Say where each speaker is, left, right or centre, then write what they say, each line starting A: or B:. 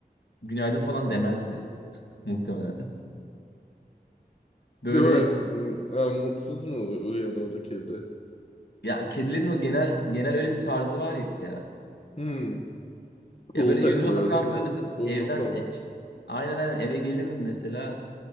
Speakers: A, on the left; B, on the left.
A: günaydın falan demezdi <laughs> muhtemelen. Böyle
B: Demek m- ha, mutsuz mu uyanıyordu kedi?
A: ya kedilerin
B: Tıs.
A: o genel genel öyle bir tarzı var ya.
B: Hmm.
A: Ya
B: Cool
A: böyle yüzüme
B: takılıyor
A: bakardı
B: değil mi?
A: mesela
B: Umursamaz.
A: evden e, aynen aynen eve gelirdim mesela